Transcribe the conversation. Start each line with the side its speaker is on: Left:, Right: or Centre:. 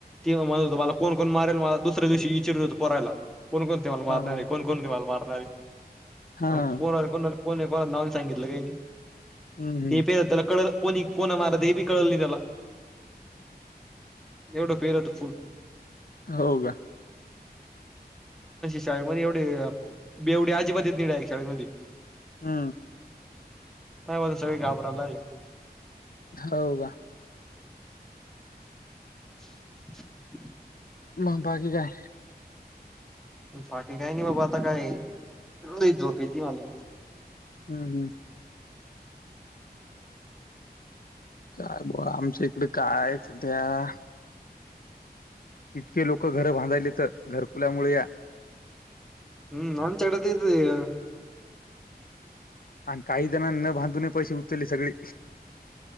Centre: म्हणत होत मला कोण कोण मारेल मला दुसऱ्या दिवशी विचि होतं पोरायला <inaudible> कोण कोण तेव्हा मारणार
Left: हां,
Centre: कोण कोण होत मारणारे..
Left: हां.
Centre: <unintelligible> <unintelligible> कोण कोणा नाव सांगितलं काही की.
Left: हं, हं.
Centre: ते प त्याला कड <unintelligible> कोणी. कोणा मारल ते बी कळल नाही त्याला. एवढं फेरत फुल.
Left: हो का.
Centre: शाळेमध्ये एवढी बेवढे आजीबाजीच येत नाही शाळेमध्ये.
Left: हम्म.
Centre: काय <unintelligible> सगळे घाबरायला
Left: हो का.
Centre: <unintelligible>
Left: मग बाकी काय.
Centre: बाकीे काय नाही बाबा आता काय लय झोप येती मला.
Left: हम्म हम्म. <unintelligible> काय सध्या <unintelligible> इतके लोकं घरं बांधायले तर घरकुलामुळे या
Centre: हम्म आमच्याकडं तेच आहे
Left: आणि काही जणांना न बांधून पैसे उचलले सगळे